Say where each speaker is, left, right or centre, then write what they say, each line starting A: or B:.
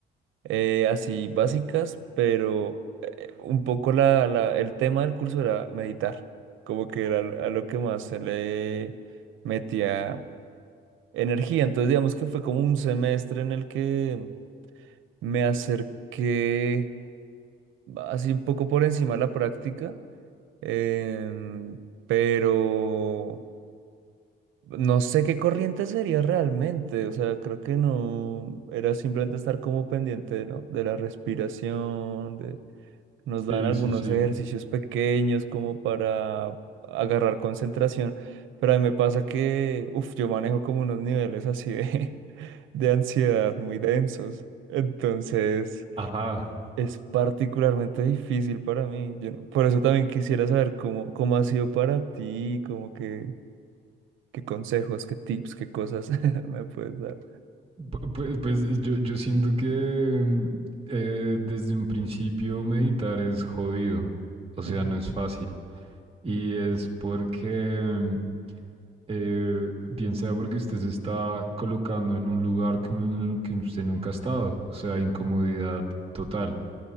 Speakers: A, on the right; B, on the right.
A: eh, así básicas, pero eh, un poco la, la- el tema del curso era meditar, como que era a lo que más se le metía energía. Entonces, digamos que fue como un semestre en el que me acerqué así un poco por encima de la práctica, em, pero... No sé qué corriente sería realmente, o sea, creo que no, era simplemente estar como pendiente, ¿no? De la respiración, Nos dan
B: sí,
A: algunos
B: sí, sí.
A: ejercicios pequeños como para agarrar concentración, pero a mí me pasa que, uff, yo manejo como unos niveles así de, <laughs> de ansiedad muy densos. Entonces,
B: Ajá.
A: es particularmente difícil para mí. Yo no- por eso también quisiera saber cómo, cómo ha sido para ti, como que, qué consejos, qué tips, qué cosas <laughs> me puedes dar.
B: Pu- Pues, pues yo, yo siento que mm, eh, desde un principio meditar es jodido, o
A: Ujú,
B: sea, no es fácil. Y es porque mm, eh, bien sea porque usted se está colocando en un lugar que, un- que usted nunca ha estado, o sea, incomodidad total.